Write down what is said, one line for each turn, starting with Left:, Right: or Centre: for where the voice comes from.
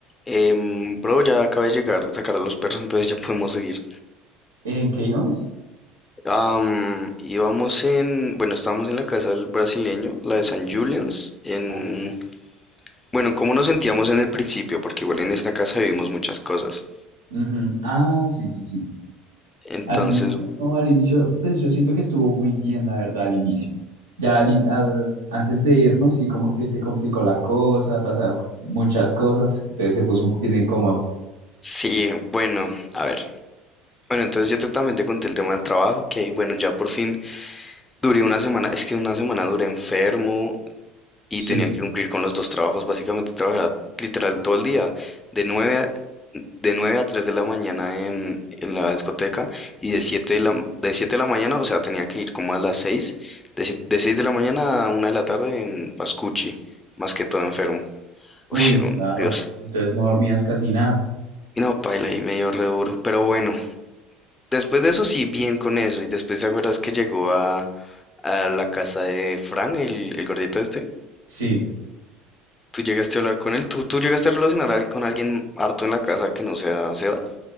Left: Em, bro, ya acabé de llegar de sacar a los perros, entonces ya podemos seguir.
Right: ¿En qué íbamos?
Left: Am, íbamos en, bueno, estábamos en la casa del brasileño, la de San Julian's, en,
Right: Ajá.
Left: bueno, ¿cómo nos sentíamos en el principio? Porque igual en esta casa vivimos muchas cosas.
Right: Ujú. Ah, sí, sí, sí.
Left: Entonces,
Right: Al inicio, no, al inicio, pues yo siento que estuvo muy bien, la verdad, al inicio. Ya al, in- al- antes de irnos, sí, como que se complicó la cosa, pasaron muchas cosas, entonces se puso un poquito incómodo.
Left: sí, bueno, a ver. Bueno, entonces yo te- también te conté el tema del trabajo, que ahí, bueno, ya por fin duré una semana, es que una semana duré enfermo, y
Right: Sí,
Left: tenía que cumplir con los dos trabajos. Básicamente trabajaba literal todo el día, de 9 a, de 9 a 3 de la mañana en, en la discoteca y de siete de la, de 7 de la mañana, o sea, tenía que ir como a las 6 de, si- de 6 de la mañana a una de la tarde en Pascucci más que todo enfermo.
Right: uy,
Left: Uy, era un
Right: claro.
Left: Dios.
Right: Entonces no dormías casi nada.
Left: Y no, paila, y medio re duro. Pero bueno, después de eso sí, bien con eso. Y después te acuerdas que llegó a, a la casa de Frank, el, el gordito este.
Right: Sí.
Left: Tú llegaste a hablar con él, tú, tú llegaste a relacionar al- con alguien harto en la casa que no sea Sebas.